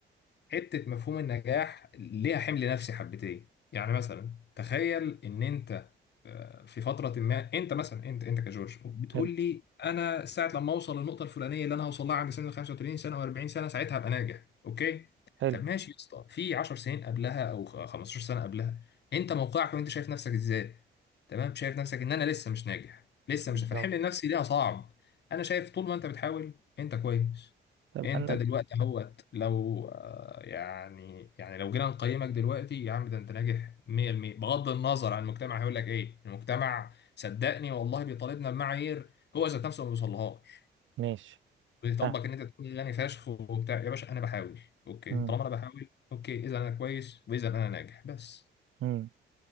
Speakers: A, on the left (about 60°); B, on the right (about 75°).
A: حتة مفهوم النجاح ليها حمل نفسي حبتين يعني مثلا تخيل ان انت آه، في فترة ما انت مثلا انت انت كجورج بتقول
B: حلو
A: لي انا ساعة لما اوصل للنقطة الفلانية اللي انا هوصل لها عند سن 35 سنة و40 سنة ساعتها هبقى ناجح اوكي
B: حلو
A: طب ماشي يا اسطى في 10 سنين قبلها او خ- 15 سنة قبلها انت موقعك وانت شايف نفسك ازاي تمام شايف نفسك ان انا لسه مش ناجح لسه
B: بالظبط
A: مش فالحمل النفسي ليها صعب انا شايف طول ما انت بتحاول انت كويس
B: طب
A: انت
B: انا
A: دلوقتي اهوت لو آه، يعني يعني لو جينا نقيمك دلوقتي يا عم ده انت ناجح 100% بغض النظر عن المجتمع هيقول لك ايه المجتمع صدقني والله بيطالبنا بمعايير هو ذات نفسه ما بيوصلهاش
B: ماشي
A: بيطالبك
B: آه.
A: ان انت تكون غني فشخ وبتاع يا باشا انا بحاول اوكي
B: مم.
A: طالما انا بحاول اوكي اذا انا كويس واذا انا ناجح بس
B: مم.